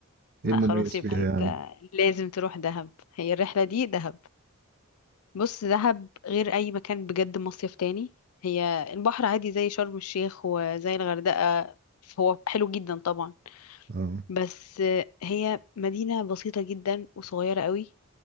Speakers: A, on the left; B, on the right.
A: لا
B: ايه المميز
A: خلاص يبقى
B: فيها
A: انت
B: يعني
A: لازم تروح دهب هي الرحلة دي دهب بص دهب غير اي مكان بجد مصيف تاني هي البحر عادي زي شرم الشيخ وزي الغردقة هو حلو جدا طبعا
B: اه
A: بس هي مدينة بسيطة جدا وصغيرة قوي